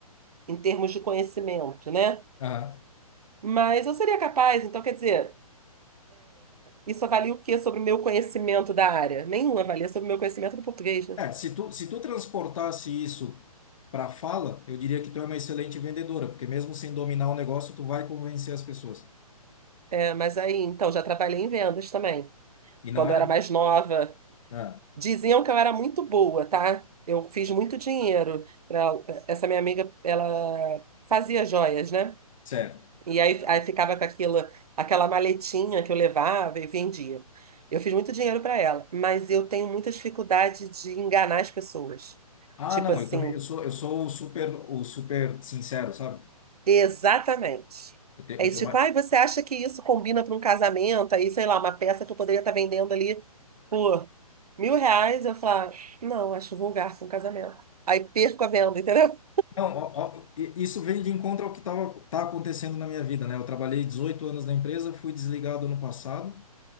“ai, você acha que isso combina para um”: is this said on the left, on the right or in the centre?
Right